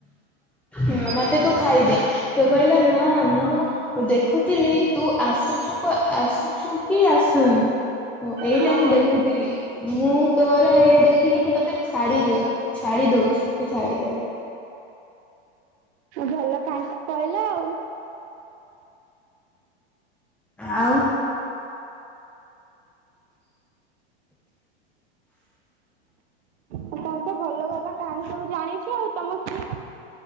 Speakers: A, in the centre; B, on the right.
A: ଉମ ମତେ ତୁ ଖାଇଦେ। ସେ କହିଲା ନା ମୁଁ ଦେଖୁଥିଲି ତୁ ଆସୁଛୁ କୁ ଆସୁ ତୁଛୁ କି ଆସୁନୁ ଏଇଟା
B: ହଁ
A: ମୁଁ ଦେଖୁଥିଲି। ମୁଁ ତୋର ଇଏ ଦେଖିକି ମୁଁ ତତେ ଛାଡି ଦିଅ ଛାଡି ଦଉଛି ସେ ଛାଡିଦେଲା।
B: ଭଲ କାନଟା କହିଲ ଆଉ।
A: ଆଉ?
B: ଆ ତମ ତ ଭଲ ଭଲ କାହାଣୀ ସବୁ ଜାଣିଛ ଆଉ ତମ କିଏ କ